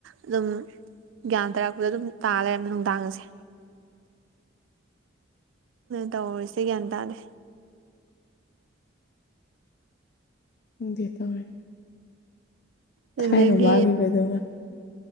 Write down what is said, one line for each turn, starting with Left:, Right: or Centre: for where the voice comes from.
Right: ꯑꯗꯨꯝ ꯒ꯭ꯌꯥꯟ ꯇꯥꯔꯛꯄꯗ ꯑꯗꯨꯝ ꯇꯥ ꯂꯩꯔꯝꯃꯦ ꯅꯨꯡꯗꯥꯡ ꯒꯥꯁꯦ ꯇꯧꯔꯤꯁꯦ ꯒ꯭ꯌꯥꯟ ꯇꯥꯗꯦ
Left: ꯎ ꯗꯦ ꯇꯔꯦ <unintelligible>
Right: ꯑꯗꯨꯗꯒꯤ
Left: ꯊꯥꯏꯅ ꯋꯥꯒꯤꯕꯗꯨꯒ